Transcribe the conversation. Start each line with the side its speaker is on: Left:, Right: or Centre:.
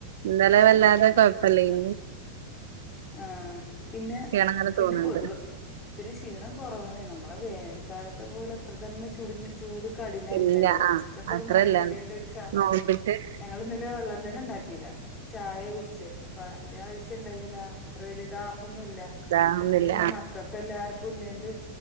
Right: ഇന്നലെ വെല്ലാതെ
Left: ഉം
Right: കൊഴപ്പല്ലേന്
Left: ആഹ് പിന്നെ
Right: ക്ഷീണങ്ങനെ
Left: പിന്നെ
Right: തോന്ന്ണ്ട്
Left: പൊതുവേ പിന്നെ ക്ഷീണം കൊറവനെ നമ് മ്മളത് വേനൽക്കാലത്തെ പോലെ ത്ര തന്നെ ചൂട് ചൂട് കഠിനല്ലല്ലോ
Right: ഇല്ല
Left: കൊറച്ചൊക്കൊരു
Right: ആഹ് അത്രല്ല
Left: മഴ പെയ്തേന്റെ ഒരു <unintelligible>
Right: നോമ്പിന്റെ
Left: ഞങ്ങളിന്നലെ വെള്ളം തെന്നെ ണ്ടാക്കില്ല ചായ കുടി ച്ച് അപ്പ അയ്ന്റെ ആവശ്യം ണ്ടായ്ന്നില്ല അത്ര വെല്യ ദാ - ഹൊന്നുല്ല
Right: ഇതാ ഒന്നില്ല
Left: ഇന്ന് പിന്നെ മക്കക്കെല്ലാർക്കും ഇല്ലാണ്ട്